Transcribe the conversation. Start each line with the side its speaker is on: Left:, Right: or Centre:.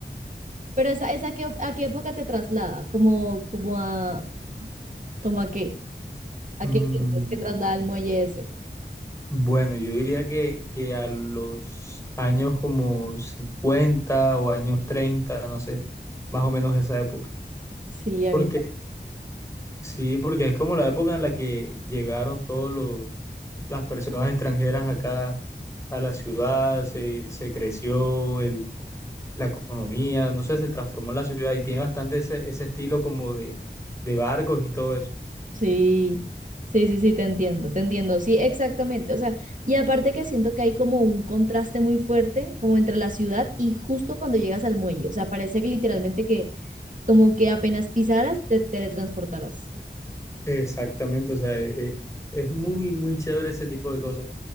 Right: pero esa, esa qué- a qué época te traslada, como, como a, como a qué, a
Left: Mm,
Right: qué sientes que traslada el muelle ese.
Left: bueno, yo diría que, que a los años como 50 o años 30, no sé, más o menos esa época.
Right: Sí,
Left: Porque
Right: a mí
Left: sí, porque es como la época en la que llegaron todas las personas extranjeras acá a la ciudad, se, se creció la economía, no sé, se transformó la ciudad y tiene bastante ese, ese estilo como de, de barcos y todo eso.
Right: Sí, sí, sí, sí, te entiendo, te entiendo, sí, exactamente. O sea, y aparte que siento que hay como un contraste muy fuerte como entre la ciudad y justo cuando llegas al muelle. O sea, parece que literalmente que como que apenas pisaras te teletransportaras.
Left: Exactamente, o sea, eh, eh, es muy, muy chévere ese tipo de cosas.